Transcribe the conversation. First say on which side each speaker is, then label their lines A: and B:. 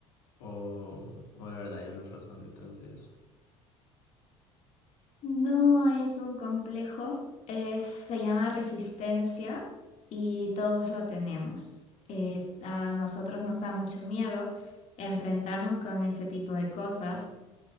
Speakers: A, on the left (about 60°); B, on the left (about 40°).
A: o, o de verdad hay una razón detrás de eso.
B: No es un complejo, es- se llama resistencia y todos lo tenemos. Eh, a nosotros nos da mucho miedo enfrentarnos con ese tipo de cosas.